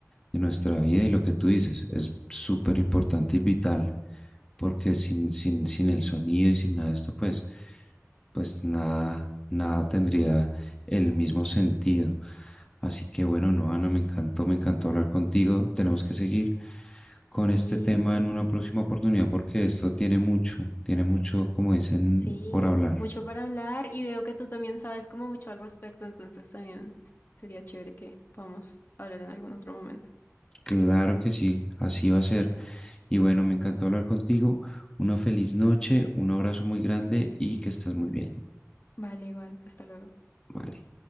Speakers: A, on the left (about 15°); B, on the left (about 40°).
A: de nuestra vida y lo que tú dices es súper importante y vital porque sin, sin, sin el sonido y sin nada de esto pues, pues nada, nada tendría el mismo sentido. Así que bueno, no, Ana, me encantó, me encantó hablar contigo. Tenemos que seguir con
B: sí,
A: este tema
B: de
A: en una
B: verdad.
A: próxima oportunidad porque esto tiene mucho, tiene mucho, como dicen,
B: Sí,
A: por hablar.
B: mucho para hablar y veo que tú también sabes como mucho al respecto, entonces también sería chévere que podamos hablar en algún otro momento.
A: Claro que sí, así va a ser. Y bueno, me encantó hablar contigo. Una feliz noche, un abrazo muy grande y que estés muy bien.
B: Vale, igual, hasta luego.
A: Vale.